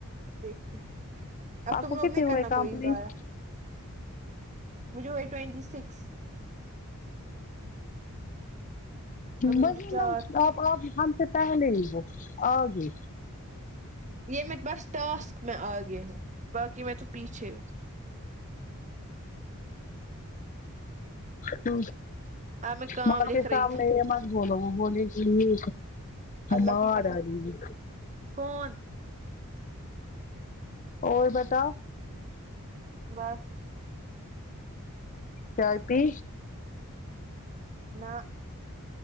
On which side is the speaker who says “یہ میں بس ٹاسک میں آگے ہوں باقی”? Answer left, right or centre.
Right